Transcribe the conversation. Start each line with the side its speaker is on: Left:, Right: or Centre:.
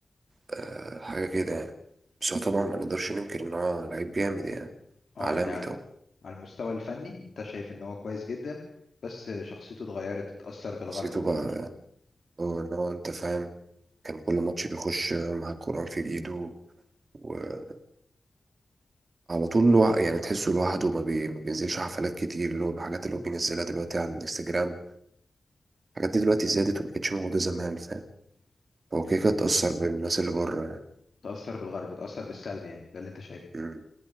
Right: آه، حاجة كده يعني بس هو طبعا ما نقدرش ننكر إن هو لعيب جامد يعني
Left: اه
Right: عالمي
Left: يعني على
Right: طبعا
Left: على المستوى الفني انت شايف ان هو كويس جدا بس شخصيته اتغيرت اتاثر بالغرب
Right: شخصيته
Left: وكده
Right: بقى يعني هو إن هو أنت فاهم كان كل ماتش بيخش مع القرآن في إيده وعلى طول لوح... يعني تحسه لوحده ما, بي... ما بينزلش حفلات كتير اللي هو بحاجات اللي هو بينزلها دلوقتي على الانستجرام الحاجات دي دلوقتي زادت وما كانتش موجودة زمان فاهم هو كده
Left: مم.
Right: كده اتأثر بالناس اللي بره يعني
Left: اتاثر بالغرب اتاثر بالسلب يعني ده اللي انت شايفه
Right: مم،